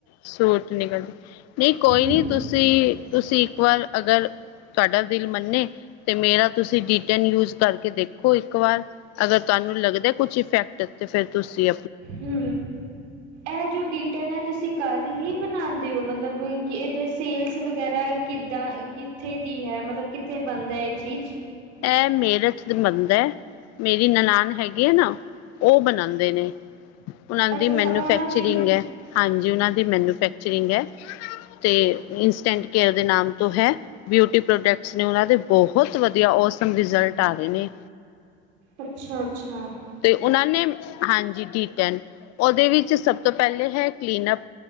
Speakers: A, on the left; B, on the right.
A: ਸੂਟ ਨੀ ਕਰਦੀ, ਨਈ ਕੋਈ
B: ਹੂੰ।
A: ਨੀ ਤੁਸੀ, ਤੁਸੀ ਇੱਕ ਵਾਰ ਅਗਰ ਤਾਡਾ ਦਿਲ ਮੰਨੇ ਤੇ ਮੇਰਾ ਤੁਸੀ ਡੀਟੈਨ ਯੂਜ ਕਰਕੇ ਦੇਖੋ ਇੱਕ ਇੱਕ ਵਾਰ, ਅਗਰ ਤਾਨੂੰ ਲੱਗਦਾ ਏ ਕੁਛ ਇਫੈਕਟ ਤੇ ਫੇਰ ਤੁਸੀ
B: ਹੂੰ। ਐ ਜੋ ਡੀਟਨ ਐ ਤੁਸੀ ਘਰ ਹੀ ਬਣਾਂਦੇ ਓ? ਮਤਲਬ ਕਿ ਏਦੇ ਚ ਸੇਲਸ ਵਗੈਰਾ ਕਿੱਦਾਂ ਕਿੱਥੇ ਦੀ ਹੈ ਮਤਲਬ ਕਿੱਥੇ ਬਣਦਾ ਏ ਚੀਜ਼?
A: ਐ ਮੇਰਠ ਦ ਮਨਦਾ ਐ ਮੇਰੀ ਨਨਾਨ ਹੈਗੀ ਐ ਨਾ। ਓ ਬਣਾਂਦੇ ਨੇ, ਉਨਾਂ
B: ਅੱਛਾ-ਅੱਛਾ
A: ਦੀ ਮੈਨੂਫੈਕਚਰਿੰਗ
B: ਉਹਨਾਂ ਦੀ
A: ਐ। ਹਾਂਜੀ, ਉਨਾਂ ਦੀ ਮੈਨੂਫੈਕਚਰਿੰਗ ਐ। ਤੇ ਇੰਸਟੈਂਟ ਕੇਅਰ ਦੇ ਨਾਮ ਤੋ ਹੈ ਬਿਊਟੀ ਪ੍ਰੋਡਕਟਸ ਨੇ ਉਨਾਂ ਦੇ ਬਹੁਤ ਵ ਦੀਆ ਓਸਮ ਰਿਜ਼ਲਟ ਆ ਰੇ ਨੇ।
B: ਅੱਛਾ ਅੱਛਾ।
A: ਤੇ ਉਨਾਂ ਨੇ ਹਾਂਜੀ ਡੀ ਟੈਨ, ਓਦੇ ਵਿੱਚ ਸਭ ਤੋਂ ਪੈਲੇ ਹੈ ਕਲੀਨਅਪ।